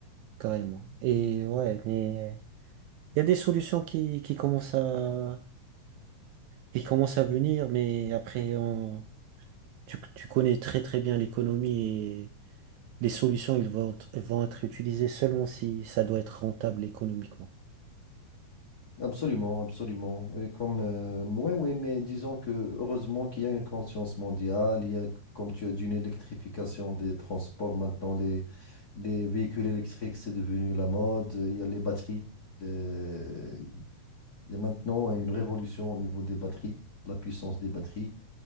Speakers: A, on the right; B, on the left.
A: carrément. Et ouais, mais... Il y a des solutions qui, qui commencent à, qui commencent à venir, mais après, on, tu, tu connais très très bien l'économie et les solutions, ils vont, être- vont être utilisées seulement si ça doit être rentable économiquement.
B: Absolument, absolument. Et comme, euh, oui, oui, mais disons que heureusement qu'il y a une conscience mondiale, il y a, comme tu as dit, une électrification des transports. Maintenant, les, les véhicules électriques, c'est devenu la mode. Il y a les batteries. euh, il y a maintenant une révolution au niveau des batteries, de la puissance des batteries.